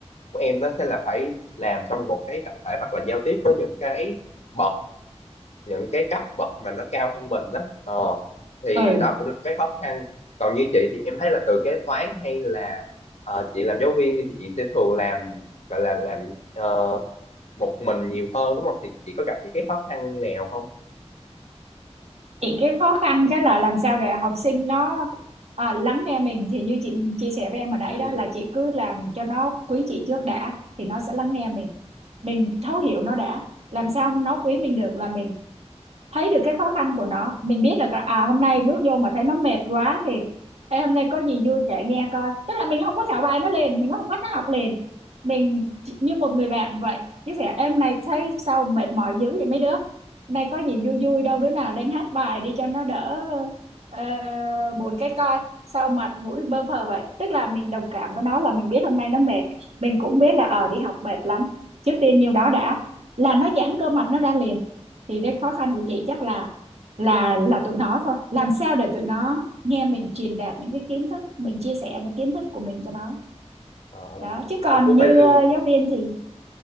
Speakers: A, on the left; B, on the right.
A: của em nó sẽ là phải làm trong một cái tập thể hoặc là giao tiếp với những cái bậc những cái cấp bậc mà nó cao hơn mình đó ờ, thì
B: ừ
A: đó cũng là một cái khó khăn còn như chị thì em thấy là từ kế toán hay là ờ, chị làm giáo viên đi thì chị sẽ thường làm gọi là làm ờ, một mình nhiều hơn đúng không thì chị có gặp những cái khó khăn nào không
B: Chị cái khó khăn cái là làm sao để học sinh nó à, lắng nghe mình thì như chị chia sẻ với em hồi nãy
A: ừ
B: đó là chị cứ làm cho nó quý chị trước đã thì nó sẽ lắng nghe mình mình thấu hiểu nó đã làm sao nó quý mình được là mình thấy được cái khó khăn của nó mình biết là có- à hôm nay bước vô mà thấy nó mệt quá thì Ê, hôm nay có gì vui kể nghe coi tức là mình không có khảo bài nó liền mình không bắt nó học liền mình chỉ- như một người bạn vậy chia sẻ em này thấy sao mệt mỏi dữ vậy mấy đứa hôm nay có gì vui vui đâu đứa nào lên hát bài đi cho nó đỡ ờ, buồn cái coi sao mặt mũi bơ phờ vậy tức là mình đồng cảm với nó là mình biết hôm nay nó mệt mình cũng biết là ờ đi học mệt lắm trước tiên nhiêu đó đã là nó giãn cơ mặt nó ra liền thì
A: Ờ,
B: cái khó khăn của chị chắc là là là tụi nó thôi làm sao để tụi nó nghe mình truyền đạt những cái kiến thức mình chia sẻ những kiến thức của mình cho nó
A: ờ,
B: đó chứ còn
A: em cũng
B: như
A: phải lưu
B: ờ, giáo viên thì